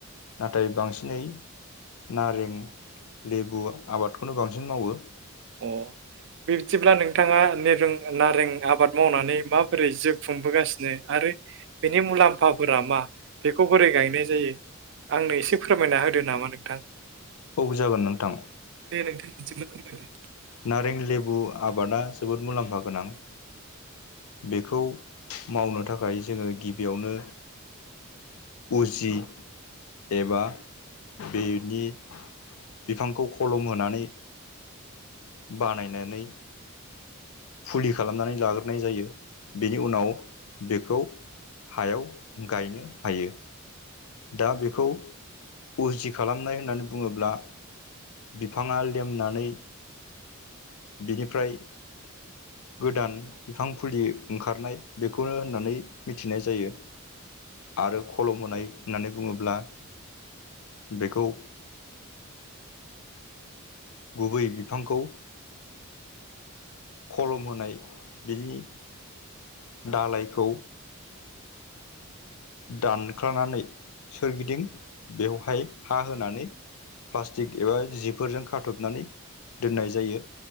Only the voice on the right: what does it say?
अ बिबदिब्ला नोंथाङा नें नारें आबाद मावनानै माबोरै जोब खुंबोगासिनो आरो बेनि मुलाम्फाफोरा मा बेखौ बोरै गायनाय जायो। आंनो एसे फोरमायना होदो नामा नोंथां।
दे नोंथां बिदिब्ला फोरमायदो